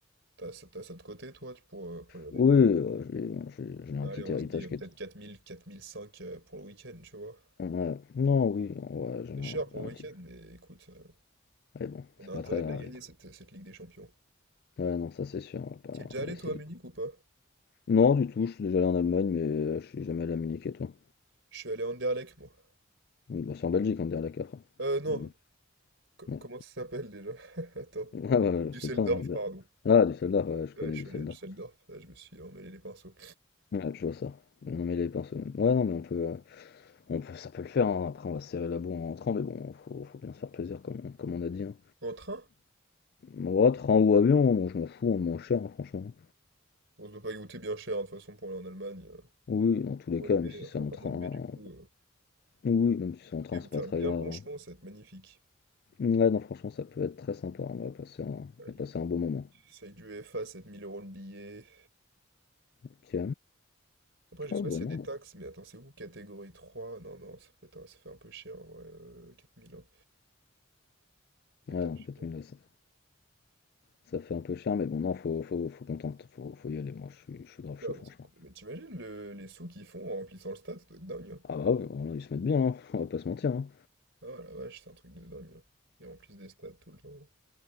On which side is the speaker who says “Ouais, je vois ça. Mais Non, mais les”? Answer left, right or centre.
Left